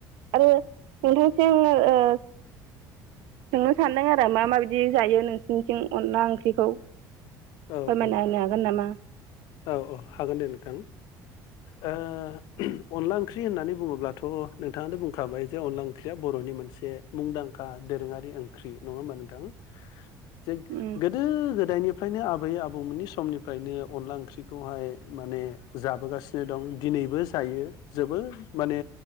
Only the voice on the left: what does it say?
औ
औ
औ औ हागोन दे नोंथां। ओ अनला ओंख्रि होननानै बुङोब्लाथ' नोंथाङानो बुंखाबाय जे अनला ओंख्रिया बर'नि मोनसे मुंदांखा दोरोङारि ओंख्रि नङा होमबा नोंथां। जे
गोदो गोदायनि फ्रायनो आबै आबौमोननि समनिफ्रायनो अनला ओंख्रिखौहाय माने जाबोगासिनो दं दिनै नैबो जायो जोबोद माने